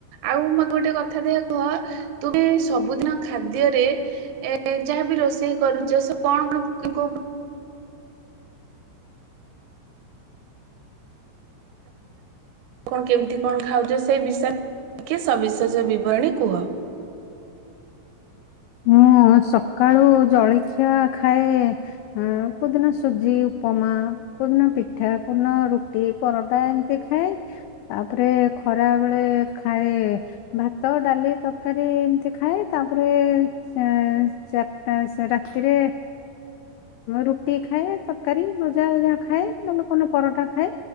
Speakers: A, on the right; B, on the left.
A: ଆଉ ମତେ ଗୋଟେ କଥା ଦେ କହ ତୁମେ ସବୁଦିନ ଖାଦ୍ୟରେ ଯାହାବି ରୋଷେଇ କରୁଛ ସେ କଣ କୋ କଣ କେମିତି କଣ ଖାଉଛ ସେ ବିଷୟରେ ଟିକେ ସବିଶେଷ ବିବରଣୀ କୁହ <inaudible>
B: ମୁଁ ସକାଳୁ ଜଳଖିଆ ଖାଏ କେଉଁଦିନ ସୁଜି ଉପମା କେଉଁଦିନ ପିଠା କେଉଁଦିନ ରୁଟି ପରଟା ଏମିତି ଖାଏ ତାପରେ ଖରା ବେଳେ ଖାଏ ଭାତ ଡାଲି ତରକାରୀ ଏମିତି ଖାଏ ତାପରେ ସେ ଚାରିଟା ରାତିରେ ରୁଟି ଖାଏ ତରକାରୀ ଭଜା ଖାଏ ନହେଲେ କହିଲ ପରଟା ଖାଏ